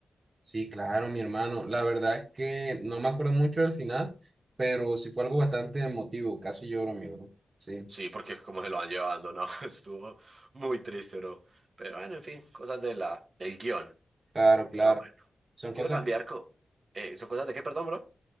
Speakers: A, on the right; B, on the right.
A: Sí, claro, mi hermano. La verdad es que no me acuerdo mucho del final, pero sí fue algo bastante emotivo, casi lloro, mi bro. Sí,
B: Sí, porque como se lo van llevando, ¿no? <laughs> Estuvo muy triste, no Pero bueno, en fin, cosas de la, del guión.
A: claro, claro.
B: Pero bueno,
A: Son
B: quiero
A: cosas
B: cambiar.
A: que,
B: co- eh, ¿son cosas de qué, perdón, bro?